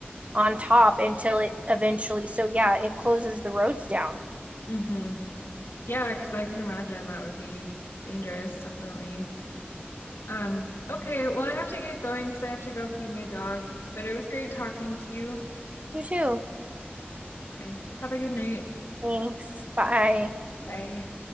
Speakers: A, on the right (about 35°); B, on the left (about 80°).
A: on top until it eventually so yeah, it closes the roads down.
B: hmm Yeah, because I can imagine that would be dangerous, definitely. Um, okay, well, I have to get going because I have to go feed my dog, but it was great talking to you.
A: You too.
B: Okay, have a good night.
A: Thanks. Bye.
B: Bye.